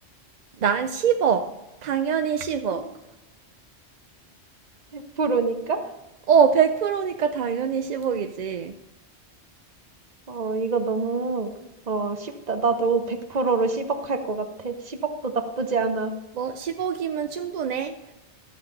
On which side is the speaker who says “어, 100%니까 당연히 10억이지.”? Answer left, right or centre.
Right